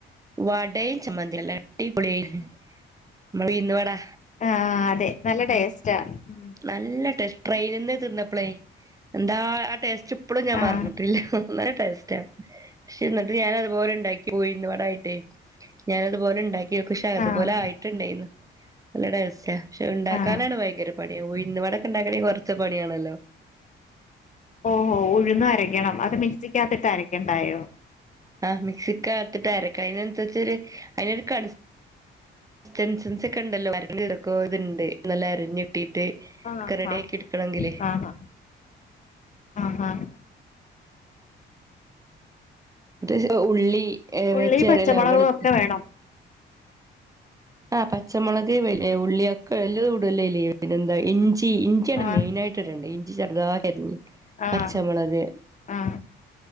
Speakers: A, on the right; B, on the left.
A: വടയും ചമ്മന്തിയല്ലേ? അടിപൊളിയാര്ന്ന് നമ്മളെ ഉഴുന്ന് വടാ
B: ആഹ് അതെ നല്ല ടേസ്റ്റാ ഉം
A: നല്ല ടേസ്റ്റ് ട്രെയിന്‌ന്ന് തിന്നപ്പളേ എന്താ ആ ടേസ്റ്റ്പ്പളും ഞാൻ
B: ആഹ്
A: മറന്നിട്ടില്ല നല്ല ടേസ്റ്റാ പക്ഷേ ഇന്നെട്ട് ഞാനതുപോലെണ്ടാക്കി ഉഴ്ന്ന് വടായിട്ടേ ഞാനതുപോലെണ്ടാക്കി ഒക്കെ ഉശാ അതുപോലായിട്ടുണ്ടായിന്ന്
B: ആഹ്
A: നല്ല ടേസ്റ്റാ പക്ഷെ അഹ് ഇണ്ടാക്കാനാണ്
B: ആഹ്
A: ഭയങ്കര പണി ഉഴ്‌ന്ന് വടൊക്കെ ഇണ്ടാക്കണെങ്കി കൊറച്ചെ പണിയാണല്ലോ?
B: ഓഹ് ഹോ ഉഴുന്നരയ്ക്കണം അത് മിക്സിക്കകത്തിട്ട് അരയ്ക്കണ്ടായോ?
A: ആഹ് മിക്സിക്കകത്തിട്ടരക്ക അതിനനുസരിച്ചൊരു അയിനൊരു കൺ ഡിസ്റ്റൻസൻസ് ഒക്കെണ്ടല്ലോ ഒക്കത്ണ്ട് നല്ല അരിഞ്ഞിട്ടിട്ട്
B: ആഹ്
A: ഒക്കെ റെഡിയാക്കി
B: ആഹ്
A: എടുക്കണെങ്കില്
B: ആഹ് ആഹ് ആഹ്
A: ലേശം ഉള്ളി,
B: ഉള്ളി
A: വെച്ചേറെല,
B: പച്ചമുളകും
A: വെളു
B: ഒക്കെ വേണം
A: ആഹ് പച്ചമൊളക്, ഉള്ളിയൊക്കെ എല്ലതും ഇടുവല്ലോ അയില് പിന്നെന്താ ഇഞ്ചി ഇഞ്ചിയാണ്
B: ആഹ്
A: മെയിനായിട്ട് ഇടെണ്ടിയെ ഇഞ്ചി ചെറുതായരിഞ്ഞ്
B: ആഹ്
A: പച്ചമുളക്
B: ആഹ്